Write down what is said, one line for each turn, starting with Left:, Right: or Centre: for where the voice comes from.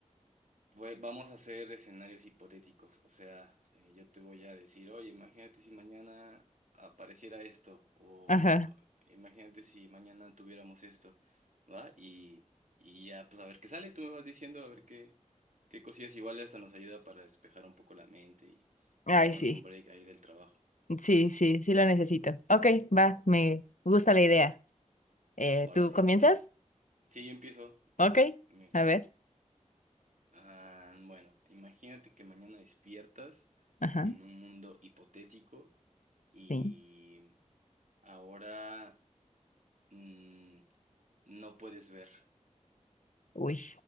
Right: Pues vamos a hacer escenarios hipotéticos, o sea, eh, yo te voy a decir, oye, imagínate si mañana apareciera esto, o
Left: ajá.
Right: imagínate si mañana tuviéramos esto, ¿va? Y, y ya, pues a ver qué sale, tú me vas diciendo, a ver qué, qué cosillas, igual hasta nos ayuda para despejar un poco la mente y,
Left: Ay,
Right: y darnos
Left: sí,
Right: un break ahí del trabajo.
Left: sí, sí, sí lo necesito. Ok, va, me gusta la idea. Eh,
Right: Órale.
Left: ¿tú comienzas?
Right: Sí, yo empiezo, vale,
Left: Ok,
Right: mira.
Left: a ver,
Right: Ah, bueno, imagínate que mañana despiertas
Left: ajá,
Right: en un mundo hipotético y
Left: sí,
Right: ahora mm, no puedes ver,
Left: uy,